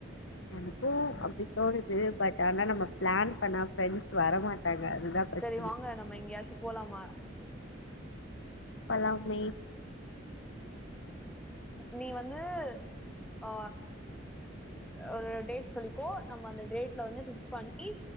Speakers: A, on the left; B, in the centre.
A: எனக்கும் அப்படி தோணுது பட் ஆனா நம்ம பிளான் பண்ணா ப்ரெண்ட்ஸ் வர மாட்டாங்க அதுதான் பிரச்சனை
B: சரி வாங்க நம்ம எங்கயாச்சும் போலாமா
A: போலாமே
B: நீ வந்து ஆ ஒரு டேட் சொல்லிக்கோ நம்ம அந்த டேட்ல வந்து பிக்ஸ் பண்ணி